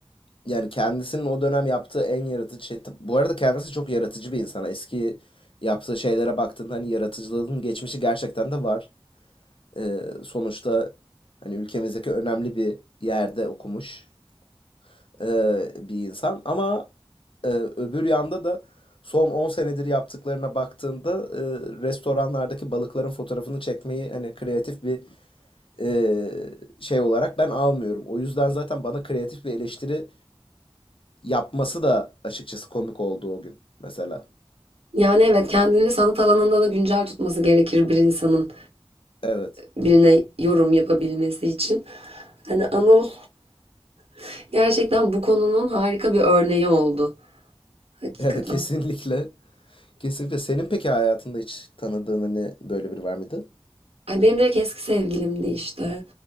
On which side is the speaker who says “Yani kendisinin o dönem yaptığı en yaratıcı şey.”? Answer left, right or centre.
Left